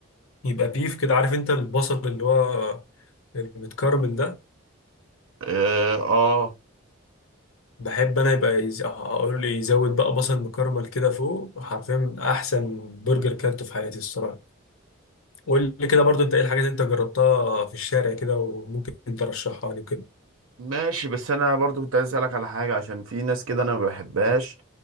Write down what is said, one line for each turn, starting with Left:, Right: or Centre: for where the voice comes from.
Left: يبقى بيف كده عارف انت البصل اللي هو المتكرمل ده
Right: اه آه،
Left: بحب انا يبقى يز... اقول لي يزود بقى بصل مكرمل كده فوق حرفيا احسن برجر كلته في حياتي الصراحه قول لي كده برضو انت ايه الحاجات اللي انت جربتها في الشارع كده وممكن انت ترشحها لي كده
Right: ماشي بس انا برضو كنت عايز اسالك على حاجة عشان في ناس كده انا ما بحبهاش